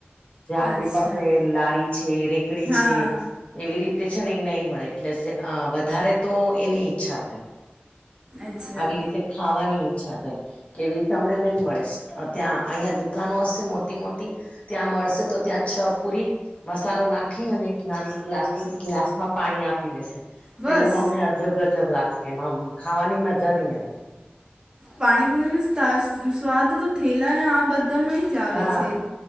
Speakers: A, on the left (about 30°); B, on the right (about 20°).
A: જે આપડી
B: અચ્છા
A: પાસે લારી છે રેકડી
B: હા
A: છે એવી રીતે છે ને એ નઈ મળે એટલે વધારે તો એની છા થાય
B: અચ્છા
A: આવી રીતે ખાવાની ઈચ્છા થાય. કેવી તઅમને નહી મળે ત્યાં અહીં દુકાનો હશે મોટી મોટી ત્યાં મળશે તો ત્યાં છ પુરી મસાલો નાખી અને એક નાનો પ્લાસ્ટિકના ગ્લાસ માં પાણી આપી દેશે તો
B: બસ
A: એવું અમને ગજબ ગજબ લાગશે એમાં ખાવાની મજા નહી આવે.
B: પાણીપુરનો સ્વાદ તો થેલા આ બધામાંય જ આવે
A: હા
B: છે.